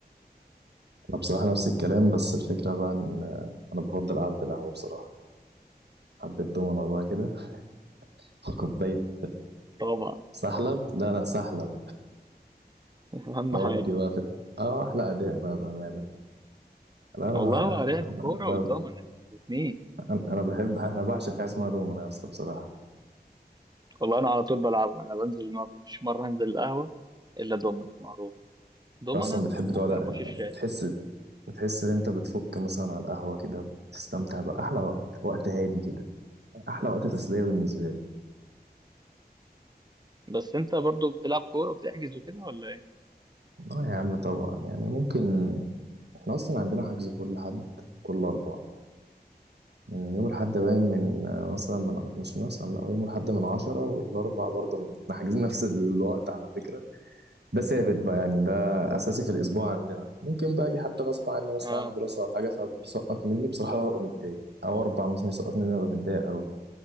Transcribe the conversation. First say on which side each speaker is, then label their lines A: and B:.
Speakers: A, on the right (about 85°); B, on the right (about 25°).
A: انا بصراحة نفس الكلام بس الفكرة بقى ان انا بفضل قعدة القهوة بصراحة حبة دومنة بقى كده <laughs> وكوباية
B: طبعا
A: سحلب لا لا سحلب
B: <laughs>
A: <laughs>
B: اهم
A: اودي
B: حاجه
A: بقى في اه احلى اداء بقى بامانه لا انا
B: والله هو لعب
A: انا
B: الكوره والضمنه يعني الاثنين
A: انا بحب انا بعشق حاجه اسمها دومنه يا اسطى بصراحه
B: والله انا على طول بلعب انا بنزل ما فيش مره انزل القهوه الا ضمن معروف ضمنه
A: أنت اصلا بتحب تقعد
B: وخربوش الشاي
A: تحس بتحس ان انت بتفك مثلا على القهوة كده بتستمتع بأحلى وقت وقت هادي كده أحلى وقت تسلية بالنسبة لي
B: بس انت برضو بتلعب كوره وبتحجز وكده ولا ايه
A: اه يا عم طبعا يعني ممكن احنا أصلا عندنا حجز كل حد كل أربعة من يوم الحد باين من آه، مثلا من مش مثلا لا هو يوم الحد من عشرة والأربع برضه من <laughs> احنا حاجزين نفس الوقت على فكرة ده ثابت بقى يعني ده أساسي في الأسبوع عندنا ممكن بقى أجي حد غصب عني مثلا
B: اه
A: عندي دراسة أو حاجة فبيسقط مني بصراحة أنا ببقى متضايق أو أربعة مثلا يسقط مني أنا ببقى متضايق أوي